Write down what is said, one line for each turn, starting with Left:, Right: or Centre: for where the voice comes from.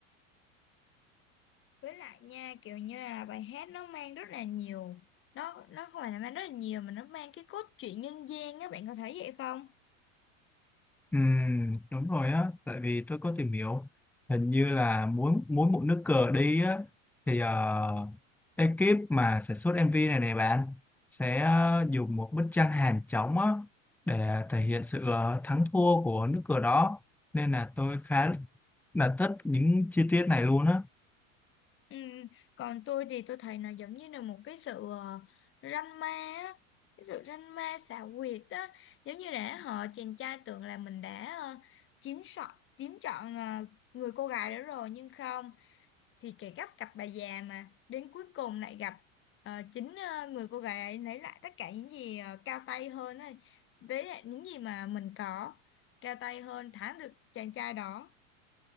Left: với lại nha kiểu như là bài hát nó mang rất là nhiều nó nó không phải là mang rất là nhiều mà nó mang cái cốt truyện nhân gian á bạn có thấy vậy không
Centre: ừ, đúng rồi á tại vì tôi có tìm hiểu hình như là mỗi mỗi một nước cờ đi á thì ờ, ekip mà sản xuất MV này này bạn sẽ ờ, dùng một bức tranh hàng trống á để thể hiện sự ờ, thắng thua của nước cờ đó nên là tôi khá là thích những chi tiết này luôn á
Left: ừ. còn tôi thì tôi thấy nó giống như là một cái sự ờ, ranh ma á cái sự ranh ma xảo quyệt á giống như là họ chàng trai tưởng là mình đã ờ, chiếm chọn chiếm chọn ờ, người cô gái đó rồi nhưng không thì kể gắt cặp bà già mà đến cuối cùng lại gặp ờ, chính ờ, người cô gái ấy lấy lại tất cả những gì ờ, cao tay hơn ấy. Đấy là những gì mà mình có cao tay hơn thắng được chàng trai đó